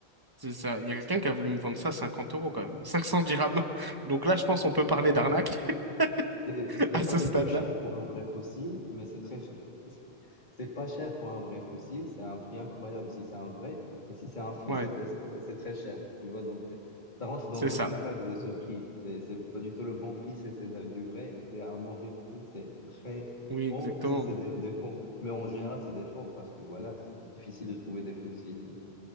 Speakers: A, on the right; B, on the left.
A: C'est ça. Il y a quelqu'un qui a voulu me vendre ça à 50 euros, quand même. <laughs> 500 dirhams. <laughs> Donc là, je pense qu'on peut parler d'arnaque
B: C'est
A: <laughs>
B: c'est
A: à
B: pas
A: ce
B: du
A: stade-là.
B: tout cher pour un vrai fossile, mais c'est très ch- C'est pas cher pour un vrai fossile, c'est un prix incroyable si c'est un vrai, mais si c'est un faux,
A: Ouais,
B: c'est c'est très c'est très cher, tu vois. Donc, euh, ça rentre dans
A: c'est ça.
B: aucune case de ce prix. C'est c'est pas du tout le bon prix si c'est de- du vrai, c'est un mauvais prix, c'est très
A: Oui,
B: haut
A: exactement.
B: si c'est des des faux. Mais en général, c'est des faux parce que voilà, c'est difficile de trouver des fossiles